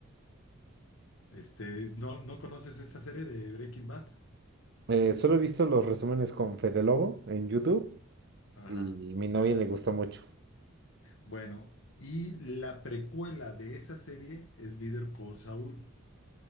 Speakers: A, on the left; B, on the right.
A: Este, ¿no, no conoces esa serie de Breaking Bad?
B: Eh, solo he visto los resúmenes con Fede Lobo en YouTube
A: Ajá.
B: y mi novia le gusta mucho.
A: Bueno, y la precuela de esa serie es Better Call Saul,